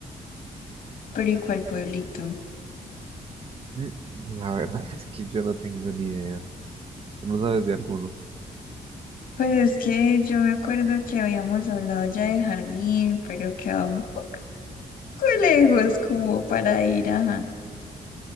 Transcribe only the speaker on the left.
pero ¿y cuál pueblito?
Pues es que yo me acuerdo que habíamos hablado ya de jardín, pero quedaba un poco lejos como para ir, ajá.